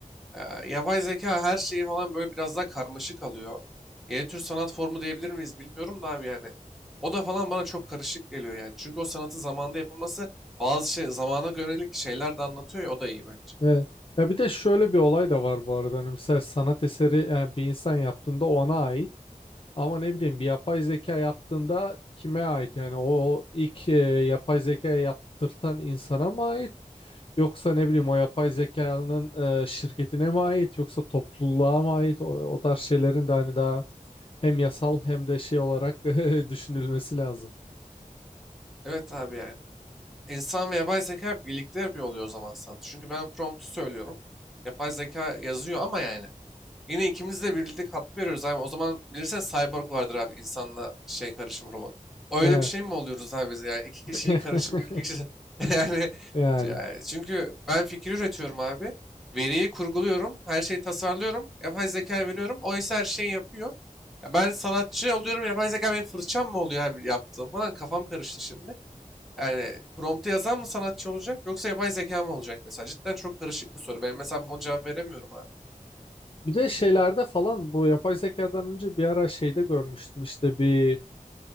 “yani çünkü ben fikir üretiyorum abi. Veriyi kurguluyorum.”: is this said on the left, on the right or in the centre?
Centre